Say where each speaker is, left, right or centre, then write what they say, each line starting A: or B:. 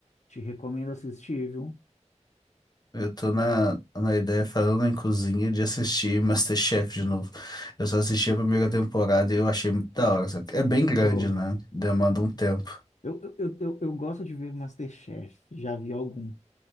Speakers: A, on the left; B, on the left.
A: Te recomendo assistir, viu?
B: Eu tô na, na ideia, falando em cozinha, de assistir MasterChef de novo. Eu só assisti a primeira temporada e eu achei muito da hora. sabe? É bem grande,
A: Ô,
B: né? Demanda um tempo.
A: Eu, eu, eu, eu eu gosto de ver MasterChef, já vi alguns.